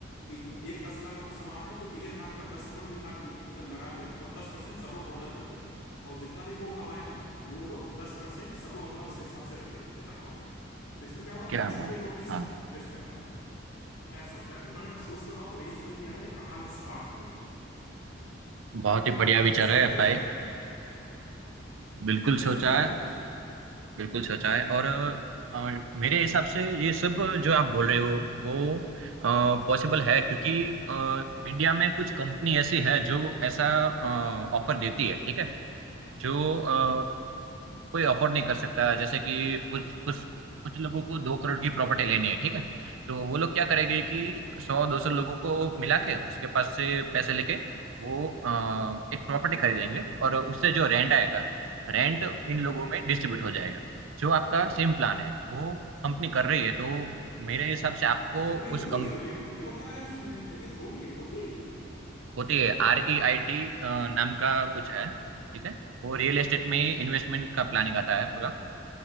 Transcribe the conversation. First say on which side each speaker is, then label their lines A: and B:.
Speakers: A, on the left; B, on the right.
A: कि द- एक दस लाख का कोई सामान है तो एक एक लाख रुपए दस लोग मिल ला- ल- मतलब लगा लिया और दस परसेंट सब लोग ओनर बन गया और जितना भी वो कमाएगा वो लोग दस परसेंट सब लोग अपना उसके हिसाब से रखेगा जितना कमाएगा तो इसमें क्या होगा ना
B: क्या
A: कि छोटे
B: बात
A: लोग भी इसमें
B: हाँ
A: इन्वेस्ट कर पाएंगे तो ऐसा प्लेटफॉर्म बनाने का सोच तो रहा हूँ पर यही समझ नहीं आ रहा ना कहाँ से स्टार्ट करूँ
B: बहुत ही बढ़िया
A: तुमने
B: विचार
A: ऐसा कभी
B: है
A: सोचा
B: भाई
A: है
B: बिल्कुल
A: तुमने ऐसा
B: सोचा
A: कभी सोचा
B: है
A: है कुछ
B: बिल्कुल सोचा
A: ओके
B: है और, और मेरे हिसाब से ये सब जो आप बोल रहे हो वो पॉसिबल है क्योंकि अ, इंडिया में कुछ कंपनी ऐसी है जो ऐसा ऑफर देती है ठीक है जो अ, कोई अफोर्ड नहीं कर सकता जैसे कि कुछ कुछ कुछ लोगों को दो करोड़ की प्रॉपर्टी लेनी है ठीक है तो वो लोग क्या करेंगे
A: हम्म
B: कि सौ दो सौ लोगों को मिला के उसके पास से पैसे लेके वो अ, एक प्रॉपर्टी खरीदेंगे और उससे जो रेंट आएगा रेंट इन
A: हम्म
B: लोगों में डिस्ट्रीब्यूट हो जाएगा जो आपका सेम प्लान है वो कंपनी कर रही है तो मेरे हिसाब से आपको
A: अच्छा ये
B: उस
A: हो रही
B: कम
A: है मेरे को मेरे को क्या लगा कि मैं- ये हो नहीं रही होती है ये
B: होती है आर ई आई टी नाम का कुछ है ठीक है वो रियल
A: ओके
B: एस्टेट में इन्वेस्टमेंट का प्लानिंग आता है पूरा तो